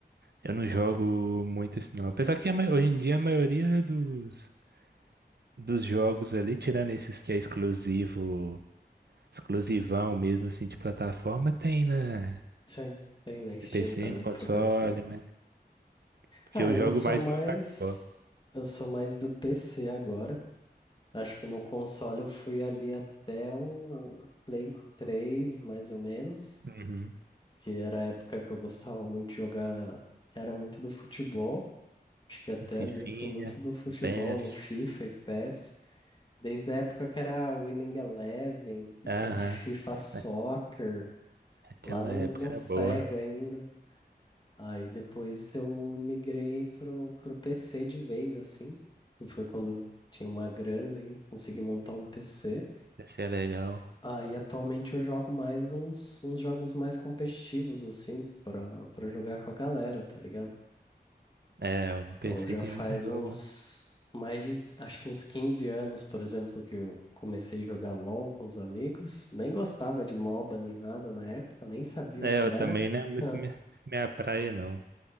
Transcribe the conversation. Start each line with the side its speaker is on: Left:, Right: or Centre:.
Right: eu não jogo muito isso não. Apesar que a ma- hoje em dia a maioria dos, dos jogos ali, tirando esses que é exclusivo, exclusivão mesmo assim de plataforma, tem né,
Left: Sim, tem na Steam
Right: no PC,
Left: também
Right: no console,
Left: pra PC.
Right: né? Porque
Left: Ah,
Right: eu
Left: eu
Right: jogo
Left: sou
Right: mais
Left: mais.
Right: no Xbox.
Left: Eu sou mais do PC agora. Acho que no console eu fui ali até o Play 3, mais ou menos.
Right: Uhum.
Left: Que era a época que eu gostava muito de jogar, que era muito do futebol. Acho que até
Right: Fifinha,
Left: ali eu fui muito do futebol,
Right: PES,
Left: no FIFA e PES. Desde a época que era Winning Eleven, que
Right: aham.
Left: tinha FIFA Soccer,
Right: A- Aquela
Left: lá no,
Right: época
Left: no
Right: era
Left: Sega
Right: boa,
Left: ainda. Aí depois eu migrei pro, pro PC de vez, assim, que foi quando eu tinha uma grana e consegui montar um PC.
Right: PC é legal.
Left: Aí atualmente eu jogo mais uns, uns jogos mais competitivos, assim, pra, pra jogar com a galera, tá ligado?
Right: É, no
Left: Então
Right: PC
Left: já
Right: tem
Left: faz
Right: muito jogo.
Left: uns, mais de, acho que uns 15 anos, por exemplo, que eu comecei a jogar LoL com os amigos. Nem gostava de MOBA nem nada na época, nem sabia
Right: É,
Left: o que
Right: eu
Left: era.
Right: também não é muito
Left: <laughs>
Right: minha, minha praia, não.